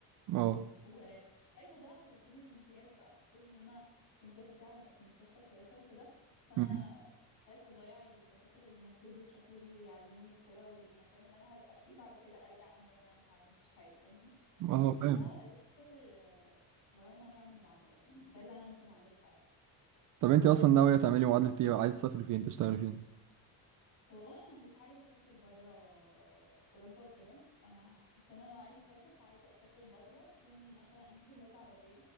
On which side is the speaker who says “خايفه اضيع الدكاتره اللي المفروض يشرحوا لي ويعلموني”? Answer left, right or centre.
Left